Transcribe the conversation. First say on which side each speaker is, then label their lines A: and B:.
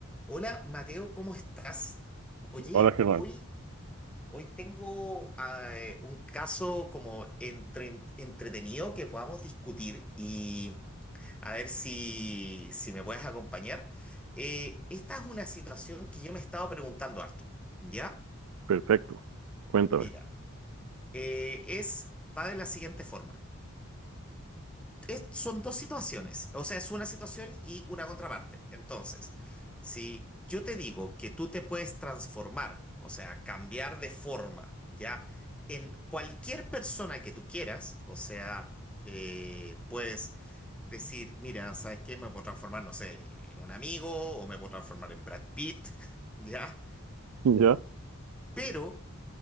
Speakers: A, in the centre; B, on the right.
A: Hola Mateo, ¿cómo estás? Oye,
B: Hola Germán,
A: hoy, hoy tengo ah, eh, un caso como entre- entretenido que podamos discutir y a ver si, si me puedes acompañar. Eh, esta es una situación que yo me he estado preguntando harto, ¿ya?
B: perfecto. Cuéntame.
A: Mira, eh, es, va de la siguiente forma. es- son dos situaciones, o sea, es una situación y una contraparte. Entonces, si yo te digo que tú te puedes transformar, o sea, cambiar de forma, ¿ya? En cualquier persona que tú quieras, o sea, eh, puedes decir, mira, ¿sabes qué? Me puedo transformar, no sé, en un amigo o me puedo transformar en Brad Pitt, <laughs> ¿ya?
B: Ya,
A: Pero